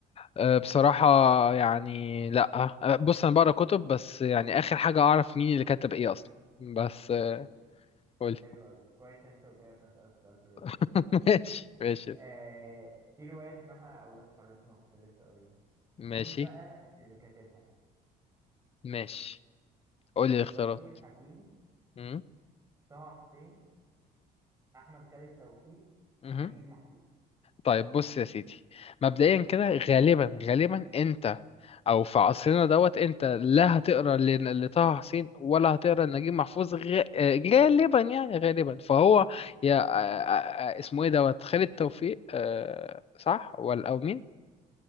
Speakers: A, on the left (about 35°); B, on the right (about 20°).
A: أه بصراحة يعني لأ أه بص أنا بقرا كتب بس يعني آخر حاجة أعرف مين اللي كتب إيه أصلا بس أه
B: حلو
A: قولي
B: حلو اوي كويس ان انت قلت لي عشان اسألك سؤال في الروايات
A: <laughs> ماشي ماشي
B: أه... في رواية اسمها اولاد حارتنا كنت لسه قاريها
A: ماشي
B: مين بقى اللي كاتبها
A: ماشي قولي الاختيارات
B: توفيق الحكيم
A: مهم.
B: طه حسين احمد خالد توفيق
A: مهم.
B: نجيب محفوظ
A: طيب بص يا سيدي مبدئيا كده غالبا غالبا انت او في عصرنا دوت انت لا هتقرا ل- لطه حسين ولا هتقرا لنجيب محفوظ غ- آه، غالبا يعني غالبا فهو يا آه، آه، آه، اسمه ايه دوت خالد توفيق آه، صح ولا او مين